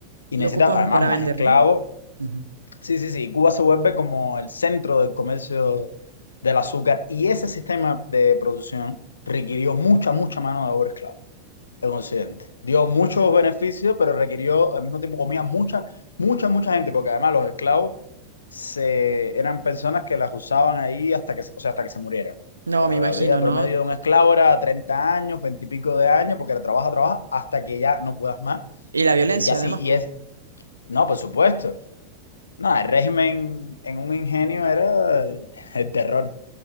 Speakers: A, on the left; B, on the right.
A: Y
B: Lo
A: necesita
B: ocupan
A: además
B: para
A: más
B: vender,
A: esclavos.
B: ¿no? Ujú.
A: Sí, sí, sí, Cuba se vuelve como el centro del comercio del azúcar y ese sistema de producción requirió mucha, mucha mano de obra esclava en Occidente. Dio muchos beneficios, pero requirió, al mismo tiempo comía mucha, mucha, mucha gente, porque además los esclavos se, eran personas que las usaban ahí hasta que, se- o sea, hasta que se muriera
B: No,
A: La,
B: me imagino,
A: la vida
B: ¿no?
A: promedio de un esclavo era 30 años, 20 y pico de años, porque la trabaja, trabaja hasta que ya no puedas más.
B: Y la violencia,
A: Y así,
B: además,
A: y
B: pues.
A: es, no, por supuesto. No, el régimen en un ingenio era <laughs> el terror.